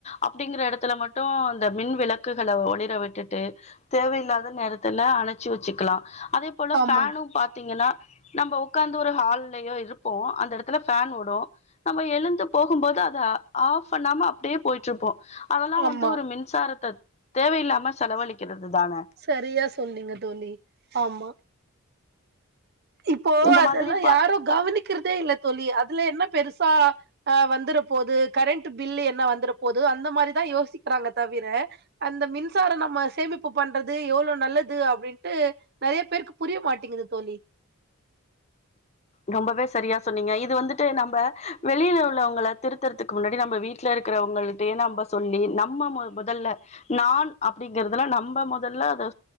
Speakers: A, on the left; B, on the right.
A: அப்படிங்கிற இடத்துல மட்டும் அந்த மின் விளக்குகளை ஒளிர விட்டு விட்டுட்டு தேவையில்லாத நேரத்துல அணைச்சி வச்சுக்கலா அதே போல
B: ஆமா
A: ஃபேனும் பாத்தீங்கன்னா நம்ம உட்காந்து ஒரு ஹால்லயோ இருப்போ அந்த இடத்துல ஃபேன் ஓடும் நம்ம எழுந்து போகு போது அதை ஆஃப் பண்ணாம அப்படியே போயிட்டு இருப்போ அதெல்லாம்
B: ஆமா
A: வந்து ஒரு மின்சாரத்தை தேவையில்லாம செலவழிக்கிறது தான
B: சரியா சொன்னீங்க தோழி ஆமா இப்போ
A: இந்த
B: அதெல்லா
A: மாதிரி பா
B: யாரோ கவனிக்கிறதே இல்ல தோழி அதுல என்ன பெருசா அஹ் வந்துற போது கரண்ட் பில் என்ன வந்துற போகுது அந்த மாதிரிதான் யோசிக்கிறாங்க தவிர அந்த மின்சாரம் நம்ம சேமிப்பு பண்றது எவ்வளவு நல்லது அப்படின்ட்டு நிறைய பேருக்கு புரிய மாட்டேங்குது தோழி
A: ரொம்பவே சரியா சொன்னீங்க இது வந்துட்டு நம்ம வெளியில உள்ளவங்கள திருத்துறதுக்கு முன்னாடி நம்ம வீட்டுல இருக்கிறவங்களுக்கு நம்ம சொல்லி நம்ம முதல்ல நான் அப்படிங்கறதுல நம்ம முதல்ல அத